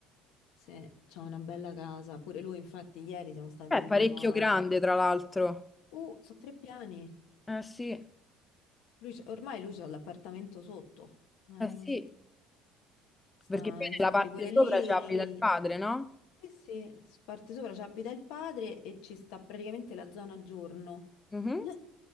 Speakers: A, on the left; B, on the left.
A: Sì, c'ha una bella casa. Pure lui, infatti, ieri siamo stati
B: eh, È parecchio
A: fino a...
B: grande, tra l'altro.
A: Uh, sono tre piani.
B: Eh sì, eh
A: Lui c'ha- ormai lui c'ha l'appartamento sotto. Eh,
B: sì,
A: sta,
B: perché poi
A: infatti,
B: nella parte
A: pure lì...
B: sopra c'è abita il padre, no?
A: Sì, sì, sparti sopra ci abita il padre e ci sta praticamente la zona giorno.
B: Mhm.
A: <clears throat>